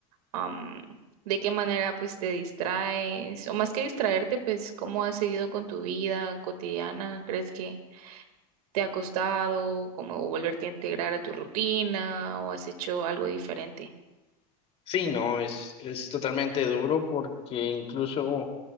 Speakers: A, on the right (about 75°); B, on the left (about 30°).
A: am, ¿de qué manera pues te distraes? O más que distraerte, pues, ¿cómo has seguido con tu vida cotidiana? ¿Crees que ¿Te ha costado como volverte a integrar a tu rutina o has hecho algo diferente?
B: Sí, no, es, es totalmente duro porque incluso